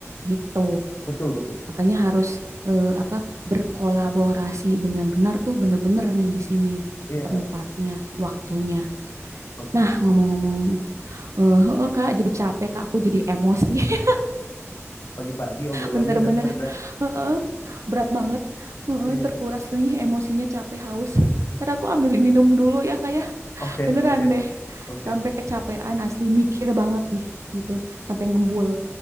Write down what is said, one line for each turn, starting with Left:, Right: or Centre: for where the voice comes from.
Right: gitu.
Left: betul betul.
Right: Makanya harus eh, apa berkolaborasi dengan benar tuh bener-bener nih di sini
Left: Iya
Right: tempatnya, waktunya.
Left: bagus
Right: Nah,
Left: ini
Right: ngomong-ngomong, eh, heeh, Kak, jadi capek, Kak. Aku jadi emosi. <laughs>
Left: pagi-pagi obrolannya
Right: Bener-bener
Left: udah berat.
Right: heeh, berat banget. Heeh,
Left: Iya.
Right: terkuras nih emosinya, capek, haus. Ntar aku ambil minum dulu ya, Kak. ya.
Left: Oke
Right: Beneran
Left: oke
Right: deh.
Left: oke.
Right: Sampai kecapean asli mikir banget nih gitu. Sampai ngebul.